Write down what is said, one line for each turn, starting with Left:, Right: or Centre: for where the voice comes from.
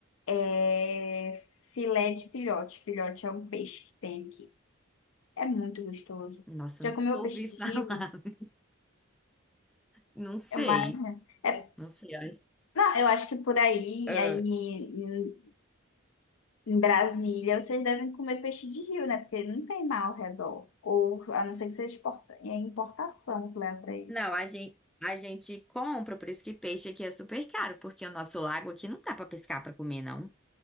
Left: É filé de filhote. Filhote é um peixe que tem aqui. É muito gostoso.
Centre: Nossa,
Left: Já
Centre: eu não
Left: comeu
Centre: ouvi
Left: peixe de
Centre: falar.
Left: rio?
Centre: <laughs> Não sei.
Left: Eu imagino. É...
Centre: Não sei. eu acho-
Left: Não, eu acho que por aí,
Centre: Ah,
Left: aí em em Brasília, vocês devem comer peixe de rio, né? Porque não tem mar ao redor. Ou a não ser que seja exporta... é importação que leva para
Centre: Não, a gente, a gente compra, por isso que peixe aqui é super caro, porque o nosso lago aqui não dá pra pescar pra comer, não.